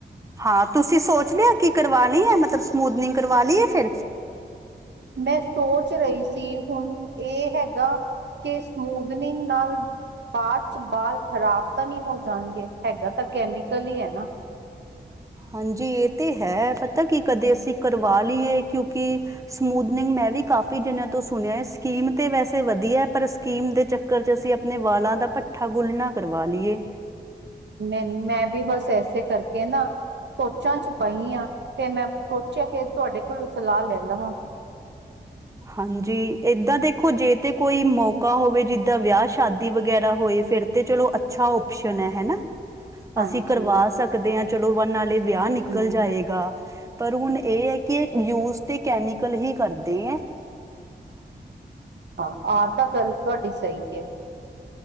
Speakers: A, on the right; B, on the right.
A: ਹਾਂ ਤੁਸੀ ਸੋਚ ਲੇਆ ਕੀ ਕਰਵਾਨੀ ਆ ਮਤਲਬ ਸਮੂਦਨਿੰਗ ਕਰਵਾ ਲਈਏ ਫੇਰ।
B: ਮੈਂ ਸੋਚ ਰਹੀ ਸੀ ਹੁਣ ਏਹ ਹੈਗਾ ਕਿ ਸਮੂਦਨਿਂਗ ਨਾਲ ਬਾਦ ਚ ਬਾਲ ਖ਼ਰਾਬ ਤਾਂ ਨੀ ਹੋ ਜਾਣਗੇ, ਹੈਗਾ ਤਾਂ ਕੈਮੀਕਲ ਈ ਆ ਨਾ।
A: ਹਾਂਜੀ ਏ ਤਾਂ ਹੈ ਪਤਾ ਕਿ ਕਦੇ ਅਸੀ ਕਰਵਾ ਲਈਏ ਕਿਉਂਕਿ ਸਮੂਦਨਿੰਗ ਮੈਂ ਵੀ ਕਾਫੀ ਜਨੇਆ ਤੋ ਸੁਣਿਆ ਸਕੀਮ ਤੇ ਵੈਸੇ ਵਧੀਆ ਆ ਪਰ ਸਕੀਮ ਦੇ ਚੱਕਰ ਚ ਅਸੀ ਅਪਨੇ ਵਾਲਾਂ ਦਾ ਭੱਠਾ ਗੁੱਲ ਨਾ ਕਰਵਾ ਲੀਏ।
B: ਮੈਂ, ਮੈਂ ਵੀ ਬਸ ਐਸੇ ਕਰਕੇ ਨਾ ਸੋਚਾਂ ਚ ਪਈ ਆ ਤੇ ਮੈਂ ਸੋਚੇਆ ਕਿ ਤੁਹਾਡੇ ਕੋਲੋ ਸਲਾਹ ਲੈ ਲਵਾਂ।
A: ਹਾਂਜੀ ਏਦਾਂ ਦੇਖੋ ਜੇ ਤੇ ਕੋਈ ਮੌਕਾ ਹੋਵੇ ਜਿੱਦਾਂ ਵਿਆਹ ਸ਼ਾਦੀ ਵਗੈਰਾ ਹੋਏ ਫੇਰ ਤੇ ਚਲੋ ਅੱਛਾ ਓਪਸ਼ਨ ਹੈ ਹੈਨਾ,
B: ਹਾਂਜੀ
A: ਅਸੀ ਕਰਵਾ ਸਕ ਸਕਦੇ ਆ ਚਲੋ ਵ ਨਾਲੇ ਵਿਆਹ ਨਿਕਲ
B: ਹਮ
A: ਜਾਏਗਾ ਪਰ ਹੁਨ ਏ ਹੈ ਕਿ ਏਹ ਯੂਜ ਤੇ ਕੈਮੀਕਲ ਹੀ ਕਰਦੇ ਐ।
B: ਹਾਂ ਆਹ ਤਾਂ ਗੱਲ ਤੁਹਾਡੀ ਸਹੀ ਐ।